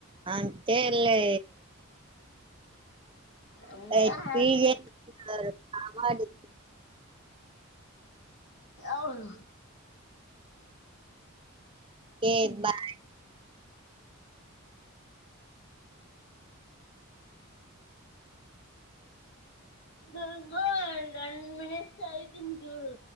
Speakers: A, on the right (about 25°); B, on the left (about 55°).
A: అంతేలే
B: అవును
A: అ పి ప్రేగేస్తున్నారు కామది
B: అవును
A: ఎ బా
B: టెన్ మినిట్స్ అయితుంది చూడు